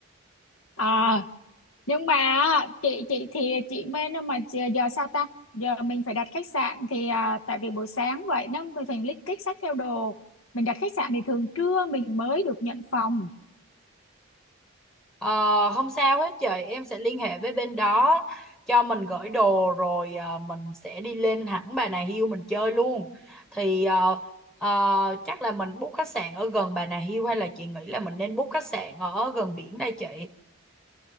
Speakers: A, on the left (about 75°); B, in the centre.
A: à nhưng mà á, chị chị thì chị mê nó mà giờ giờ sao ta giờ mình phải đặt khách sạn thì à, tại vì buổi sáng vậy nó mình phải list kích sách theo đồ mình đặt khách sạn thì thường trưa mình mới được nhận phòng
B: Ờ, không sao hết chị em sẽ liên hệ với bên đó cho mình gửi đồ rồi ờ, mình sẽ đi lên hẳn Bà Nà Hills mình chơi luôn thì ờ, ờ, chắc là mình book khách sạn ở gần Bà Nà Hills hay là chị nghĩ là mình nên book khách sạn ở gần biển đây chị